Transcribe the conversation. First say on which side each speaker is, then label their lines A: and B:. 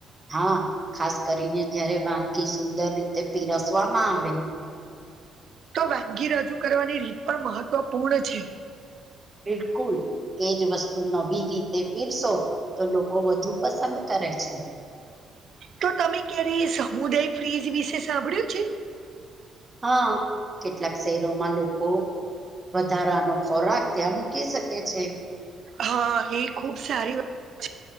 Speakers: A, on the right (about 20°); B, on the right (about 55°).
A: હા ખાસ કરીને જયારે વાનગી સુંદર રીતે પીરસવામાં આવે.
B: તો વાનગી રજૂ કરવાની રીત પણ મહત્વપૂર્ણ છે.
A: બિલકુલ. એજ વસ્તુ નવી રીતે પીરશો તો લોકો વધુ પસંદ કરે છે.
B: તો તમે ક્યારે સમુદાય ફ્રીજ વિશે સાંભળ્યું છે?
A: હા કેટલાક શહેરોમાં લોકો વધારાનો ખોરાક ત્યાં મૂકી શકે છે.
B: હા એ ખુબ સારી વ છે